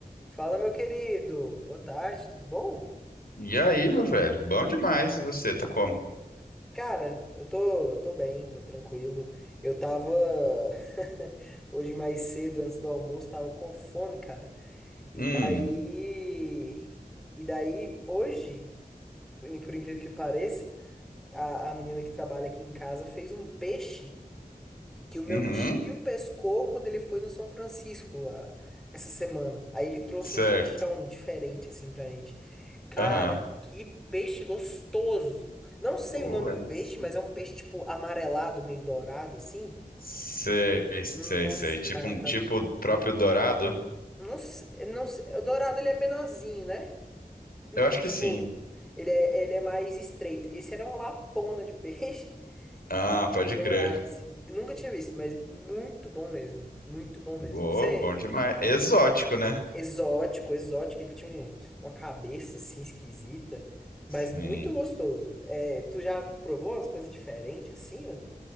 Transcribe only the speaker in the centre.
Fala, meu querido. Boa tarde, tudo bom?
Cara, eu tô, tô bem, tô tranquilo. Eu tava <laughs> hoje mais cedo, antes do almoço, tava com fome, cara. E
daí, e daí hoje, por incrível que pareça, a, a menina que trabalha aqui em casa fez um peixe. que o meu
tio pescou quando ele foi no São Francisco a, essa semana. Aí ele trouxe
um peixão diferente assim pra gente. Cara,
que peixe gostoso! Não sei
o nome
do peixe,
mas é um peixe tipo amarelado, meio dourado assim.
Nossa,
cara,
tava.
Não sei, não sei- o dourado ele é menorzinho, né? Não-
tipo,
ele é, ele é mais estreito. Esse era uma lapona de peixe. <laughs>
E
o dourado,
assim. Nunca tinha visto, mas muito bom mesmo. Muito bom
mesmo. Você
Exótico, exótico. Ele tinha um- uma cabeça assim esquisita, mas
muito gostoso. É, tu já provou umas coisas diferentes assim? ó?